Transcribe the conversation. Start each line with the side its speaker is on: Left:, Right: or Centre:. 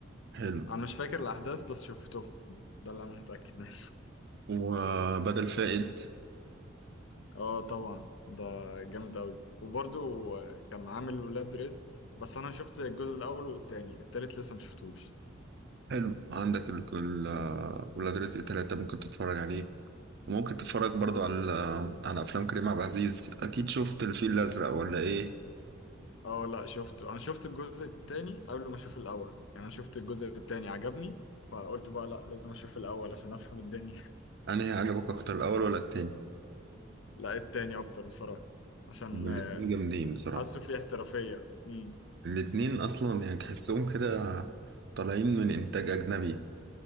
Right: حلو
Left: انا مش فاكر الاحداث بس شفتهم ده اللي انا متاكد منه
Right: وبدل فائد
Left: <laughs> اه طبعا ده جامد قوي وبرضو آه، كان عامل ولاد رزق بس انا شفت الجزء الاول والتاني التالت لسه ما شفتوش
Right: حلو عندك ال- ال- آه، ولاد رزق تلاتة ممكن تتفرج عليه وممكن تتفرج برضو على على افلام كريم عبد العزيز اكيد شفت الفيل الازرق ولا ايه
Left: اه لا شفته انا شفت الجزء التاني قبل ما اشوف الاول يعني انا شفت الجزء التاني عجبني فقلت بقى لا لازم اشوف الاول عشان افهم الدنيا
Right: انهي عجبك اكتر الاول ولا التاني
Left: <laughs> لا التاني اكتر بصراحه عشان
Right: هما الاتنين
Left: آه،
Right: جامدين بصراحه
Left: حاسه فيه احترافيه امم
Right: الاتنين اصلا يعني تحسهم كده طالعين من انتاج اجنبي